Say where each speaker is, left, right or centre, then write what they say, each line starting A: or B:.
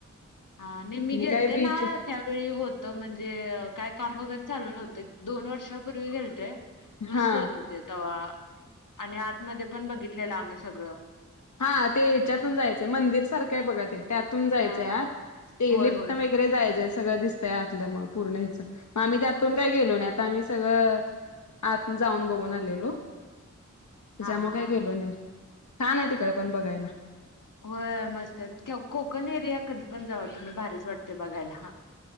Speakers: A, on the left; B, on the left.
A: हा ने मी गेलते
B: काय बीच
A: ना त्यावेळी होत म्हणजे काय काम वगैरे चालु न्हव ते दोन वर्षापूर्वी गेलते मस्त
B: हा
A: होते ते तवा आणि आतमध्ये पण बघितलेलं आम्ही सगळं
B: हा ते हच्यातून जायचं मंदिर सारखं आहे बघा ते त्यातून जायचंय
A: हा.
B: आत ते
A: होय
B: लिफ्ट
A: होय
B: वगैरे जायचंय सगळं दिस आतलं मग पूर्णे ह्याचं मग आम्ही त्यातून काय गेलो ना आता आम्ही सगळं आत जाऊन बघून आलेलो त्याच्यामुळे
A: हा हा
B: काही
A: हा
B: गेलो नाही छान आहे तिकड पण बघायला
A: व्हय मस्त आहेत कोकण एरिया कधी पण जावा तुम्ही भारीच वाटतेय बघायला हा